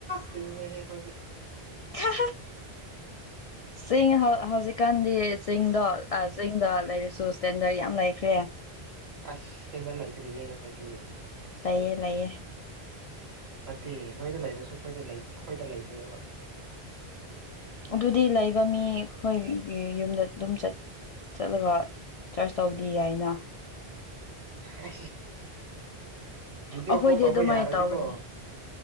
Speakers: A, on the right; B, on the left.
A: ꯆꯤꯡꯅꯤꯍꯦ ꯑꯩꯈꯣꯏꯗꯤ
B: ꯈ ꯆꯤꯡ ꯍꯧꯖꯤꯛꯀꯥꯟꯗꯤ ꯆꯤꯡꯗꯣ ꯆꯤꯡꯗ ꯂꯩꯔꯁꯨ ꯁꯇꯦꯟꯗꯔꯠ ꯌꯥꯝ ꯂꯩꯈ꯭ꯔꯦ <unintelligible>
A: ꯑꯁ ꯁꯤꯇꯦꯟꯗ ꯂꯩꯇ꯭ꯔꯤꯌꯦ ꯑꯩꯈꯣꯏꯗꯤ
B: ꯂꯩꯌꯦ ꯂꯩꯌꯦ
A: ꯅꯠꯇꯦ ꯅꯣꯏꯗ ꯂꯩꯔꯁꯨ ꯑꯩꯈꯣꯏꯗ ꯑꯩꯈꯣꯏꯗ ꯂꯩꯗꯣꯏꯦꯕ
B: ꯑꯗꯨꯗꯤ ꯂꯩꯕ ꯃꯤ ꯑꯩꯈꯣꯏ ꯌꯨꯝꯗ ꯑꯗꯨꯝ ꯆꯠ ꯆꯠꯂꯒ ꯆꯥꯔꯖ ꯇꯧꯕꯗꯤ ꯌꯥꯏꯅ
A: ꯑ ꯃꯤꯗꯤ
B: ꯑꯩꯈꯣꯏꯗꯤ
A: ꯑꯣ ꯀꯣ ꯇꯧꯕ
B: ꯑꯗꯨꯃꯥꯏꯅ
A: ꯌꯥꯔꯗꯤꯀꯣ
B: ꯇꯧꯕꯅꯤ